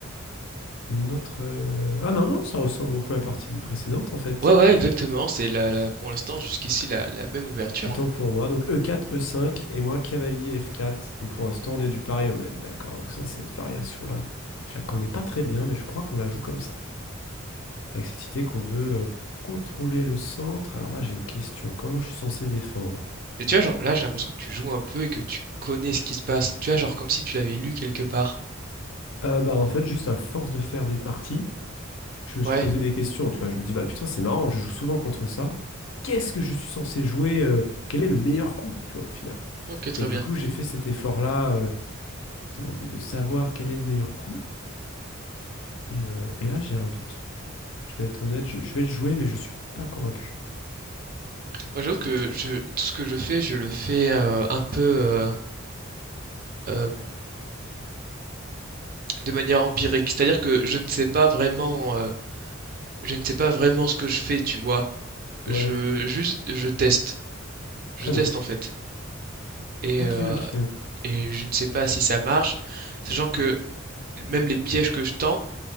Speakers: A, on the left; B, on the right.
A: Une autre... euh, Ah non, non, ça ressemble beaucoup à la partie précédente, en fait.
B: Ouais, ouais, exactement. C'est la, la- pour l'instant, jusqu'ici, la, la même ouverture.
A: Autant pour moi. Donc E4, E5 et moi cavalier F4. Donc pour l'instant, on est du pareil au même, d'accord. Donc ça, cette variation-là, je la connais pas très bien, mais je crois qu'on la joue comme ça. Avec cette idée qu'on veut euh, contrôler le centre. Alors là, j'ai une question. Comment je suis censé défendre?
B: Mais tu vois, genre, là, j'ai l'impression que tu joues un peu et que tu connais ce qui se passe. Tu vois, genre, comme si tu l'avais lu quelque part.
A: Euh, bah en fait, juste à force de faire des parties, je me suis
B: Ouais,
A: posé des questions, tu vois. Je me dis, bah putain, c'est marrant, je joue souvent contre ça. Qu'est-ce que je suis censé jouer? euh, quel est le meilleur coup, tu vois, au final?
B: ok, très
A: Et du
B: bien.
A: coup, j'ai fait cet effort-là euh, de, de de savoir quel est le meilleur coup. Et, euh, et là, j'ai un doute. Je vais être honnête, je, je vais le jouer, mais je suis pas convaincu.
B: Moi, j'avoue que je, tout ce que je fais, je le fais euh, un peu euh, euh, de manière empirique. C'est-à-dire que je ne sais pas vraiment, euh, je ne sais pas vraiment ce que je fais, tu vois.
A: Ouais,
B: Je, juste, je teste. Je
A: très
B: teste,
A: bien.
B: en fait. et,
A: Ok,
B: euh,
A: ok.
B: et je ne sais pas si ça marche, sachant que même les pièges que je tends,